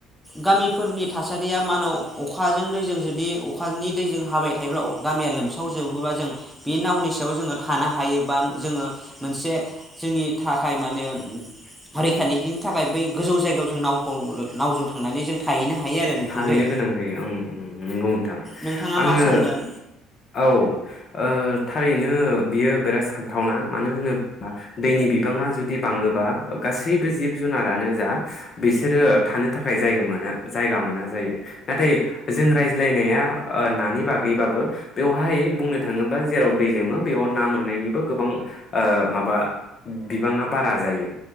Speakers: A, in the centre; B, on the left.
A: गामिफोरनि थासारिया मा होनो अखाजों दैजों जुदि अखानि दैजों हाबाय थायोब्ला गामिया लोमसावजोबोबा जों बे नावनि सायाव जोङो थानो हायो बा जोङो मोनसे जोंनि थाखाय मा होनो रैखानि थाखाय बै गोजौ जायगायाव जों नावखौ नावजों थांनानै जों थाहैनो हायो आरो नोंथां
B: थाहैनो
A: दै
B: गोनां जायो उम उम नोंगौ नोंथां।
A: नोंथाङा
B: आङो
A: मा सानगोन
B: औ ओ थारि नो बियो बिराद सानथावना मानो होनोबा दैनि बिबाङा जुदि बाङोबा गासैबो जिब जुनारानो जा बिसोरो थानो थाखाय जायगा मोनो जायगा मोना जायो नाथाय जों रायज्लायनाया ओ नानि बागैबाबो बेवहाय बुंनो थाङोबा जेराव दै लोमो बेयाव ना मोननायनिबो गोबां ओ माबा बिबाङा बारा जायो